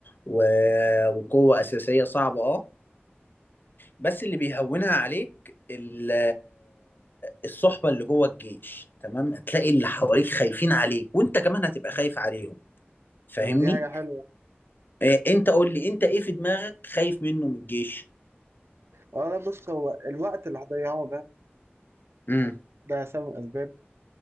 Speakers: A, on the left; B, on the right.
A: و... وقوه اساسيه صعبه اه بس اللي بيهونها عليك ال- الصحبة اللي جوه الجيش تمام هتلاقي اللي حواليك خايفين عليك وانت كمان هتبقى خايف عليهم فاهمني
B: لما دي حاجة حلوة
A: إيه انت قول لي انت ايه في دماغك خايف منه من الجيش
B: اه لا بص هو الوقت اللي هضيعه ده
A: امم
B: ده سبب من الأسباب